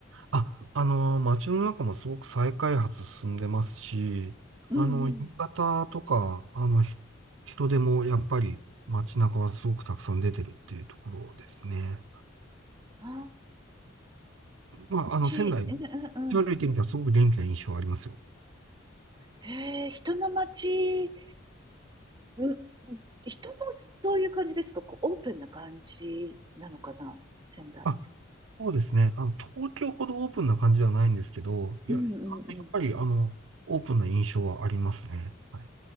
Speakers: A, on the right; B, on the right.
A: あ、あの、街の中もすごく再開発進んでますし、
B: うんうん。
A: あの、夕方とか、あの、ひ人でもやっぱり街中はすごくたくさん出てるっていうところですね。
B: あ、
A: まあ、あの、
B: ち、
A: 仙台、
B: うんうんうん。
A: 歩いてみたらすごく元気な印象ありますよ。
B: へえ、人の街、うん、人のそういう感じですかこう、オープンな感じなのかな仙台。
A: あ、そうですね。あの、東京ほどオープンな感じではないんですけど、いや、
B: うんうん
A: やっぱり、あの、オープンな印象はありますね。はい